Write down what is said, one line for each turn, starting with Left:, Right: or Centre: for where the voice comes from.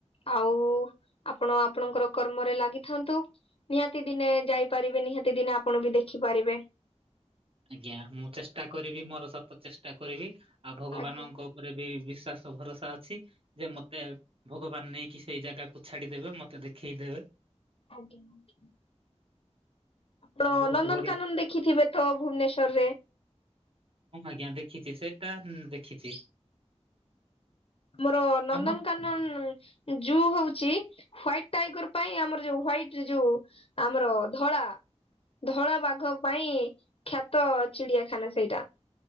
Left: ଆଉ ଆପଣ ଆପଣଙ୍କର କର୍ମରେ ଲାଗିଥାନ୍ତୁ। ନିହାତି ଦିନେ ଯାଇପାରିବେନି ହେଟି ଦିନେ ଆପଣ ବି ଦେଖିପାରିବେ।
Right: ଆଜ୍ଞା! ମୁଁ ଚେଷ୍ଟା କରିବି ମୋର ସତ ଚେଷ୍ଟା କରିବି। ଆଉ ଭଗବାନଙ୍କ
Left: ଆଜ୍ଞା
Right: ଉପରେ ବି ବିଶ୍ଵାସ ଭରସା ଅଛି। ଯେ ମତେ ଭଗବାନ ନେଇକି ସେଇ ଜାଗାକୁ ଛାଡିଦେବେ। ମତେ ଦେଖେଇ ଦେବେ।
Left: ଆଜ୍ଞା। ତ
Right: ବହୁତ
Left: ନନ୍ଦନକାନନ
Right: ବଢିଆ।
Left: ଦେଖିଥିବେ ତ ଭୁବନେଶ୍ୱର ରେ?
Right: ହଁ ଆଜ୍ଞା ଦେଖିଚି ସେଇଟା ଦେଖିଚି।
Left: ଆମର ନନ୍ଦନକାନନ
Right: ଆମ
Left: ଜୁଉ ହଉଚି ହ୍ୱାଇଟି ଟାଇଗର ପାଇଁ ଆମର ଯୋଉ ହ୍ଵାଇଟ ରେ ଯୋଉ ଆମର ଧଳା ଧଳା ବାଘ ପାଇଁ ଖ୍ୟାତ ଚିଡିଆଖାନା ସେଇଟା।